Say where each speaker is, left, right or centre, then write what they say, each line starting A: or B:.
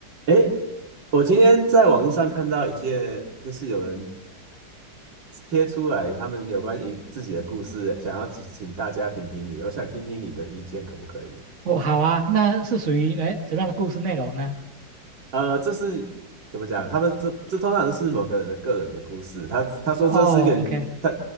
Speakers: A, on the right (about 80°); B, on the right (about 40°).
A: 诶，我今天在网络上看到一件，就是有人贴出来他们有关于自己的故事，想要请请大家评评理，我想听听你的意见，可不可以？
B: 哦，好啊，那是属于哎怎么样的故事内容呢？
A: 呃，这是怎么讲？他们这这通常都是某个人的个人的故事。他他说这是一个他
B: 哦，OK，